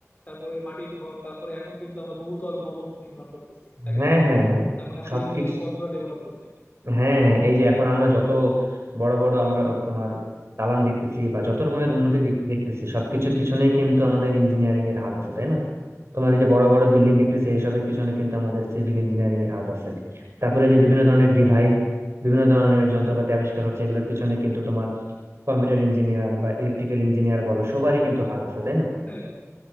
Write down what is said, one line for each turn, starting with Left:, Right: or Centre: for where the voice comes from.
Left: তারপরে মাটির ঘর তারপরে এখন কিন্তু আমরা বহুতল ভবন নির্মাণ করতেছি একের
Right: হ্যাঁ
Left: পরে
Right: হ্যাঁ হ্যাঁ
Left: তার মানে আমাদের
Right: সবকিছু
Left: ইঞ্জিনিয়ারিং কতটা ডেভেলপ হয়েছে
Right: হ্যাঁ হ্যাঁ এই যে এখন আমরা যত বড় বড় আমরা তোমার দালান দেখতেছি বা যত রকমের উন্নতি দেখ- দেখতেছি সবকিছুর পিছনেই কিন্তু আমাদের ইঞ্জিনিয়ারিং এর হাত আছে তাই না তোমার এই যে বড় বড় বিল্ডিং দেখতেছে এসবের পিছনে কিন্তু আমাদের সিভিল ইঞ্জিনিয়ারিং এর হাত আছে তারপরে যে বিভিন্ন ধরনের ডিভাইস বিভিন্ন ধরনের যন্ত্রপাতি আবিষ্কার হচ্ছে এগুলোর পিছনে কিন্তু তোমার কম্পিউটার ইঞ্জিনিয়ার বা ইলেকট্রিক্যাল ইঞ্জিনিয়ার বলো সবারই কিন্তু হাত আছে তাই না
Left: এটাই বন্ধু